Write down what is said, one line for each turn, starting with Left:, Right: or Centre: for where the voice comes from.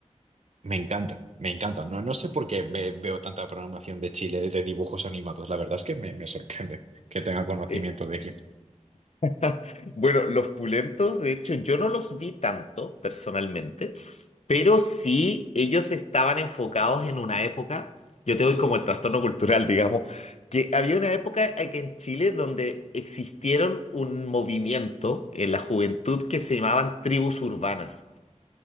Right: me encanta, me encanta, no, no sé por qué ve- veo tanta programación de Chile de dibujos animados, la verdad es que me, me sorprende que tenga conocimiento
Left: Eh,
Right: de Egipto.
Left: <laughs> Bueno, los pulentos, de hecho, yo no los vi tanto personalmente, pero sí ellos estaban enfocados en una época, yo te doy como el trastorno cultural, digamos, que había una época aquí en Chile donde existieron un movimiento en la juventud que se llamaban tribus urbanas.